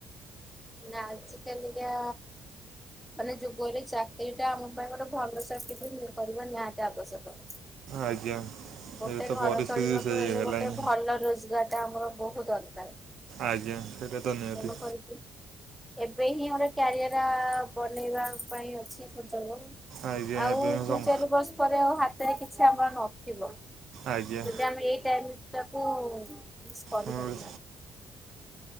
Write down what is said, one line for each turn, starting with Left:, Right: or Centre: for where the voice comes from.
Centre: ନା ଆଜି କାଲିକା ମାନେ ଯୁଗରେ ଚାକିରୀ ଟା ଆମ ପାଇଁ ଗୋଟେ ଭଲ ଚାକିରି ବି କରିବା ନିହାତି ଆବଶ୍ୟକ।
Right: ଆଜ୍ଞା।
Centre: ଗୋଟେ
Right: ଏବେ ତ
Centre: ଘର
Right: ପରିସ୍ଥିତି
Centre: ଚଳିବାକୁ
Right: ସେଇ
Centre: ହେଲେ
Right: ହେଲାଣି
Centre: ଗୋଟେ ଭଲ ରୋଜଗାର ଟା ଆମର ବହୁତ ଦରକାର।
Right: ଆଜ୍ଞା ସେଇଟା ତ ନିହାତି।
Centre: ତେଣୁ କରିକି ଏବେ ହିଁ ଗୋଟେ କ୍ୟାରିୟର ବନେଇବା ପାଇଁ ଅଛି ସୁଯୋଗ।
Right: ଆଜ୍ଞା
Centre: ଆଉ
Right: ଏବେ
Centre: ଦୁଇ
Right: ସମ
Centre: ଚାରି ବର୍ଷ ପରେ ଆଉ ହାତ ତେ କିଛି ଆମର ନଥିବ
Right: ଆଜ୍ଞା
Centre: ଯଦି ଆମେ ଏଇ ଟାଇମ ଟାକୁ ମିସ କରିପାରିବା
Right: ମୁଁ
Centre: <inaudible>